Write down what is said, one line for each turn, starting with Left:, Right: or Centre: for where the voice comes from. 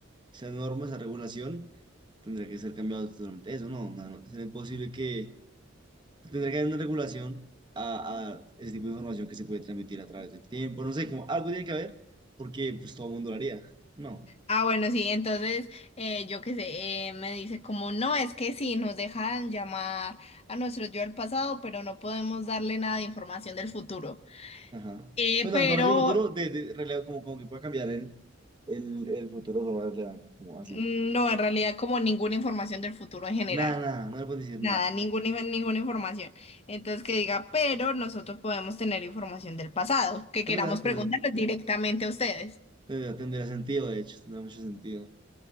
Right: esa norma, esa regulación, tendría que ser cambiado totalmente eso, ¿no? No, no, sería imposible que pues, tendría que haber una regulación a, a ese tipo de información que se puede transmitir a través del tiempo, no sé, como algo tiene que haber, porque pues todo el mundo lo haría, ¿no?
Left: Ah, bueno, sí, entonces, eh, yo qué sé, eh, me dice como, no, es que sí, nos dejan llamar a nuestro yo del pasado, pero no podemos darle nada de información del futuro.
Right: Ajá.
Left: Eh,
Right: Bueno,
Left: pero
Right: el información del futuro, de, de relevo, como, como que pueda cambiar el, el, el futuro de forma relevante, como así.
Left: mm, no, en realidad como ninguna información del futuro en general.
Right: Nada, nada, no le puedes decir
Left: Nada,
Right: nada.
Left: ninguna, inf- ninguna información. Entonces que diga, pero nosotros podemos tener información del pasado, que queramos
Right: Es verdad, tendrá,
Left: preguntarles
Right: te-
Left: directamente a ustedes.
Right: tendrá, tendrá sentido, de hecho, tendrá mucho sentido.